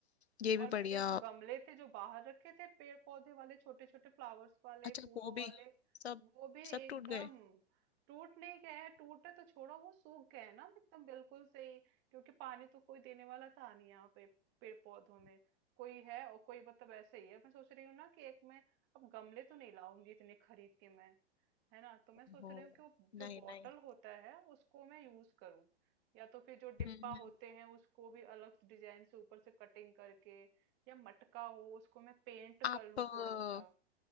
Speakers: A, on the left; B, on the right.
A: ये
B: और
A: भी बढ़िया
B: मेरे जो गमले थे जो बाहर रखे थे पेड़ पौधे वाले छोटे छोटे फ्लावर्स वाले
A: अच्छा
B: फूलों
A: वो
B: वाले
A: भी सब
B: वो भी एकदम
A: सब टूट गए
B: टूट नहीं गए हैं टूटे तो छोड़ो वो सूख गए हैं ना एकदम बिल्कुल से ही क्योंकि पानी तो कोई देने वाला था नहीं यहाँ पे पेड़ पौधों में कोई है और कोई मतलब ऐसे ही है मैं सोच रही हूँ ना कि एक मैं अब गमले तो नहीं लाऊंगी इतने खरीद के मैं है ना तो मैं सोच
A: ओहो
B: रही हूँ कि वो जो
A: नहीं
B: बॉटल
A: नहीं
B: होता है उसको मैं यूज करूँ या तो फिर जो डिब्बा
A: हम्म हम्म।
B: होते हैं उसको भी अलग डिजाइन से ऊपर से कटिंग करके या मटका हो उसको मैं पेंट
A: आप
B: कर लूँ
A: अ,
B: थोड़ा सा